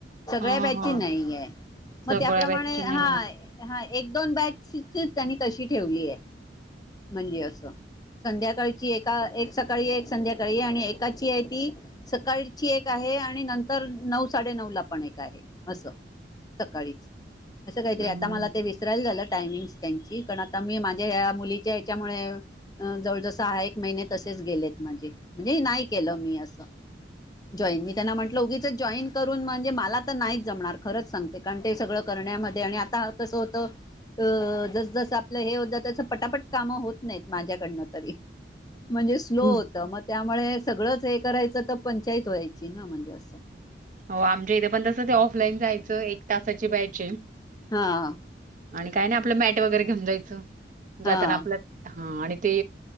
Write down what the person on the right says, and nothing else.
हा हा
हा
सगळ्या
बॅचची
नाही
हम्म,
हम्म.
हो आमच्या इथे पण तसं ते ऑफलाईन जायचं एक तासाची पा्यायज
आणि काय नाही आपलं मॅट वगैरे घेऊन जायचं. जाताना
आपल्या. हा आणि ते